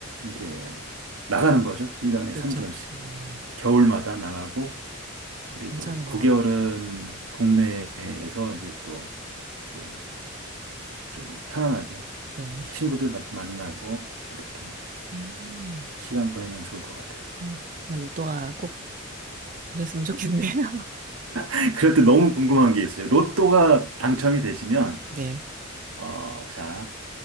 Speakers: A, on the right; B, on the right.
A: 이제 나가는 거죠. 1년에
B: 그렇죠.
A: 3개월씩.
B: 음.
A: 겨울마다 나가고, 그리고
B: 괜찮은
A: 9개월은
B: 것 같아.
A: 국내에서 이제 또 그 좀 편안하게
B: 네.
A: 친구들 마- 만나고 이렇게
B: 음.
A: 시간 보내면 좋을 것 같아요.
B: 아, 그냥 로또가 꼭 되셨으면 좋겠네요. <laughs>
A: <laughs> 그럴 때 너무 궁금한 게 있어요. 로또가 당첨이 되시면,
B: 네.
A: 어, 자,